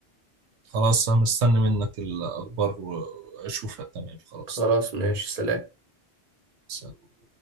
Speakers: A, on the right; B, on the right.
A: خلاص أنا مستني منك الأخبار وأشوفها تمام خلاص
B: خلاص ماشي سلام
A: سلام.